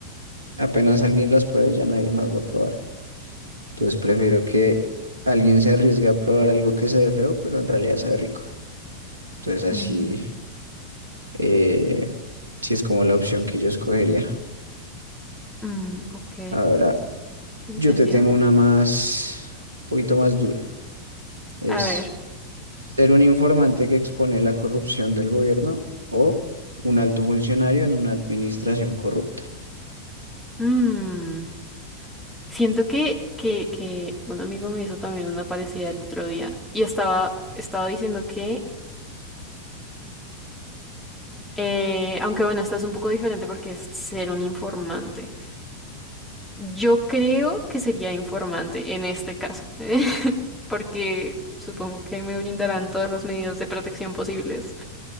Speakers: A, on the right; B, in the centre.
A: apenas alguien las pruebe, ya nadie más va a probar. Entonces prefiero que alguien se arriesgue a probar algo que se ve feo, pero en realidad sabe rico. Entonces así,
B: Mm,
A: eh, sí es como la opción que yo escogería.
B: mm, ok,
A: Ahora,
B: tiene
A: yo
B: sentido.
A: te tengo una más, un poquito más dura. Es...
B: A ver,
A: Ser un informante que expone la corrupción del gobierno o un alto funcionario en una administración corrupta.
B: mm, siento que, que, que un amigo me hizo también una parecida el otro día y estaba, estaba diciendo que, eh, aunque bueno, esta es un poco diferente porque es ser un informante. Yo creo que sería informante en este caso, <laughs> porque supongo que me brindarán todas las medidas de protección posibles